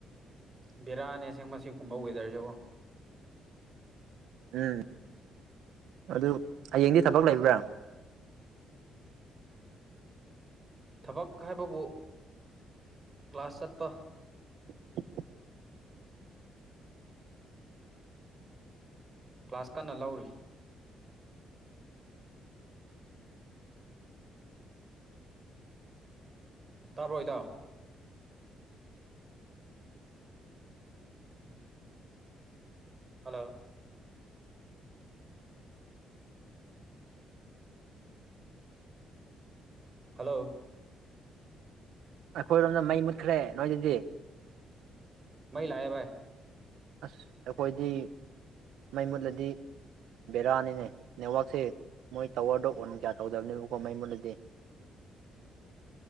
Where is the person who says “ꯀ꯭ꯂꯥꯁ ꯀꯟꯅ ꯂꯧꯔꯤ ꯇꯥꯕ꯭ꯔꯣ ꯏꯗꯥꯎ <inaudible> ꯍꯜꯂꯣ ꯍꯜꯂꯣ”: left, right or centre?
Right